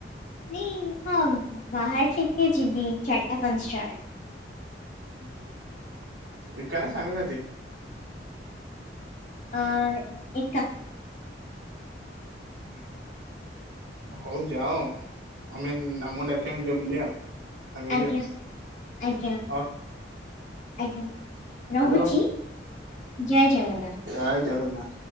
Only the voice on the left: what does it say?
ନ ହଁ ବାହାର ଟିକେ ଯିବି ଚାରିଟା ପାଞ୍ଚ ଟା ବେଳେ।
ଅ ଏକା।
ଆଜ୍ଞା
ଆଜ୍ଞା
ଆଜ୍ଞା। ରହୁଛି
ଜୟ ଜଗନ୍ନାଥ।